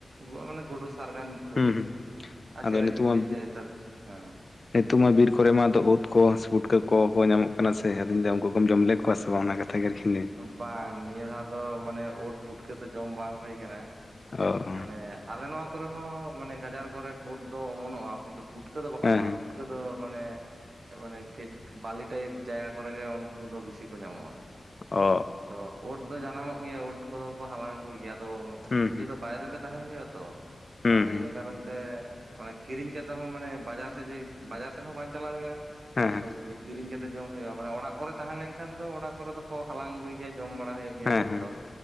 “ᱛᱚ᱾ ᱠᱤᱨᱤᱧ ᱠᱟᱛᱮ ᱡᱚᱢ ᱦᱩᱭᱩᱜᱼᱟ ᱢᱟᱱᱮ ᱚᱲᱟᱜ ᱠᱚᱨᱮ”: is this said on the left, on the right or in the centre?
Right